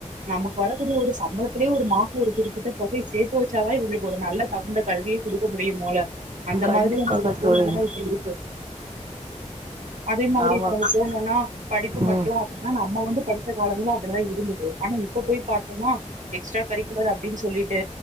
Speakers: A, on the right; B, on the right.
A: நமக்கு வரக்கூடிய ஒரு சம்பளத்திலயே ஒரு மாச ஒரு குறிப்பிட்ட தொகைய சேர்த்து வைச்சாதான் இவங்களுக்கு ஒரு நல்ல தகுந்த கல்வியை குடுக்க முடியும் போல அந்த
B: கண்டிப்பாக
A: மாதிரி இது தான்
B: தோழி.
A: இப்ப இருக்கு அதே மாதிரி
B: ஆமா
A: இப்ப நம்ம போன்னா படிப்பு மட்டும்
B: ம்
A: அப்படின்னா நம்ம வந்து படிச்ச காலத்துல அப்படிதான் இருந்தது ஆனா இப்ப போய் பாத்தோம்னா எக்ஸ்ட்ரா கரிக்குலர் அப்பிடின்னு சொல்லிட்டு